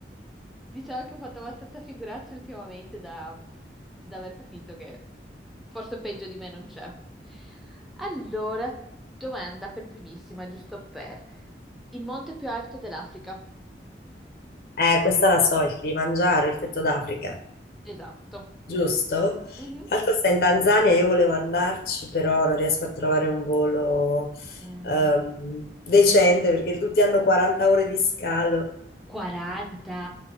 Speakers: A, in the centre; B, on the left.
A: Diciamo che ho fatto abbastanza figuracce ultimamente da, da aver capito che forse peggio di me non c'è. Allora, domanda per primissima, giusto per il monte più alto dell'Africa.
B: Eh, questa la so, il mangiare, il petto d'Africa,
A: Esatto.
B: giusto?
A: Mhm.
B: Tra l'altro sta in Tanzania, io volevo andarci, però non riesco a trovare un volo
A: Mm,
B: ehm, decente perché tutti hanno 40 ore di scalo.
A: 40?